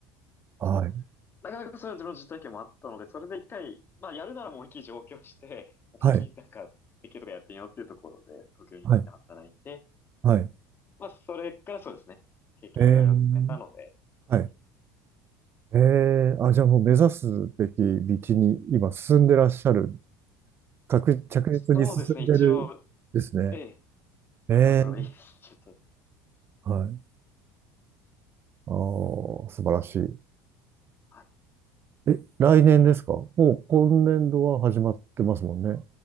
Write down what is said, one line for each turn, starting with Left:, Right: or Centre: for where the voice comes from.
Right: はい。
Left: ちょっと、なかなかそれは自分の実体験もあったので、それで一回、まあやるならもう思いっきり上京して、<laughs> 思いっきりなんか、
Right: はい。
Left: できるとかやってみようっていうところで、東京に行って働いて、
Right: はい。はい。
Left: まあそれからそうですね、経験いろいろ積めたので、
Right: えー、
Left: ちょっと行ってみよう。
Right: はい。えー、あ、じゃあもう目指すべき道に今進んでらっしゃる。確、着実に進んでるですね。
Left: そうですね、一応、ええ、
Right: ええ
Left: だといいです。ちょっと、
Right: はい。ああ、素晴らしい。
Left: はい。
Right: え、来年ですかもう今年度は始まってますもんね。